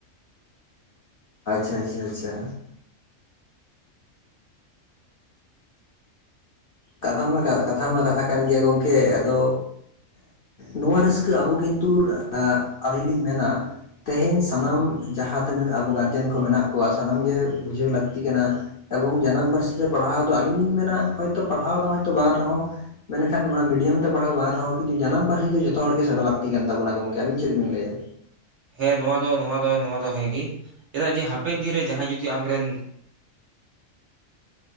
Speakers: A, on the left (about 55°); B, on the right (about 60°).
A: ᱟᱪᱪᱷᱟ ᱟᱪᱪᱷᱟ ᱟᱪᱪᱷᱟ ᱠᱟᱛᱷᱟ ᱢᱟ ᱠᱟᱛᱷᱟ ᱢᱟ ᱠᱟᱛᱷᱟ ᱠᱟᱱ ᱜᱮᱭᱟ ᱜᱚᱢᱠᱮ, ᱟᱫᱚ ᱱᱚᱣᱟ ᱨᱟᱹᱥᱠᱟᱹ ᱟᱵᱚ ᱠᱤᱱᱛᱩ ᱟᱹᱞᱤᱧ ᱞᱤᱧ ᱢᱮᱱᱟ, ᱛᱮᱦᱮᱧ ᱥᱟᱱᱟᱢ ᱡᱟᱦᱟᱸ ᱛᱤᱱᱟᱹᱜ ᱟᱵᱚ ᱜᱟᱨᱡᱮᱱ ᱠᱚ ᱢᱮᱱᱟᱜ ᱠᱚᱣᱟ ᱥᱟᱱᱟᱢ ᱜᱮ ᱵᱩᱡᱷᱟᱹᱣ ᱞᱟᱹᱠᱛᱤ ᱠᱟᱱᱟ᱾ ᱮᱵᱚᱝ ᱡᱟᱱᱟᱢ ᱯᱟᱹᱨᱥᱤ ᱛᱮ ᱯᱟᱲᱦᱟᱣ ᱫᱚ ᱟᱹᱞᱤᱧ ᱞᱤᱧ ᱢᱮᱱᱟᱭᱛ ᱯᱟᱲᱦᱟᱣ ᱫᱚᱭᱛ ᱵᱟᱝ ᱨᱮᱦᱚᱸ ᱢᱮᱱᱠᱷᱟᱱ ᱚᱱᱟ ᱢᱤᱰᱤᱭᱟᱢ ᱯᱟᱲᱦᱟᱣ ᱵᱟᱝ ᱨᱮᱦᱚᱸ ᱠᱤᱱᱛᱩ ᱡᱟᱱᱟᱢ ᱯᱟᱹᱨᱥᱤᱦ ᱫᱚ ᱡᱚᱛᱚ ᱦᱚᱲ ᱜᱮ ᱥᱮᱬᱟ ᱞᱟᱹᱠᱛᱤ ᱠᱟᱱᱟᱵᱚᱱᱟ ᱜᱚᱢᱠᱮ ᱟᱵᱤᱱ ᱪᱮᱫ ᱵᱤᱱ ᱞᱟᱹᱭᱟ?
B: ᱦᱮᱸ ᱱᱚᱣᱟ ᱫᱚ ᱱᱚᱣᱟ ᱫᱚ ᱱᱚᱣᱟ ᱫᱚ ᱦᱮᱸ ᱜᱮ ᱪᱮᱫᱟᱜ ᱡᱮ ᱦᱟᱯᱮᱱ ᱫᱤᱱ ᱨᱮ ᱡᱟᱦᱟᱸᱭ ᱡᱩᱫᱤ ᱟᱢᱨᱮᱱ